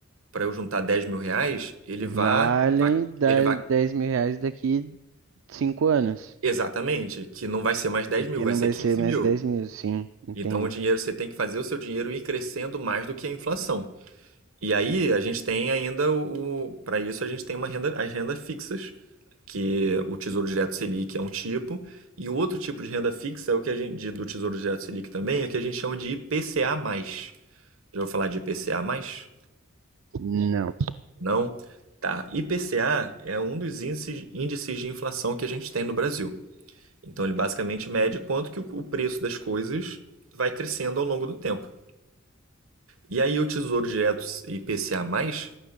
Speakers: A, on the right; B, on the right.
A: para eu juntar dez mil reais, ele
B: Valem
A: vá, vá.
B: da-
A: Ele vá.
B: dez mil reais daqui cinco anos.
A: Exatamente, que não vai ser mais dez
B: Porque
A: mil, vai
B: não
A: ser
B: vai
A: quinze
B: ser mais
A: mil.
B: dez mil, sim, entenda.
A: Então, o dinheiro, você tem que fazer o seu dinheiro ir crescendo mais do que a inflação. E aí, a gente tem ainda o. Para isso, a gente tem uma renda, as rendas fixas que o Tesouro Direto Selic é um tipo, e o outro tipo de renda fixa é o que a gente do Tesouro Direto Selic também, é o que a gente chama de IPCA+. Já ouviu falar de IPCA+?
B: Não.
A: Não? Tá. IPCA é um dos índices, índices de inflação que a gente tem no Brasil. Então ele basicamente mede quanto que o, preço das coisas vai crescendo ao longo do tempo. E aí o Tesouro Direto IPCA+,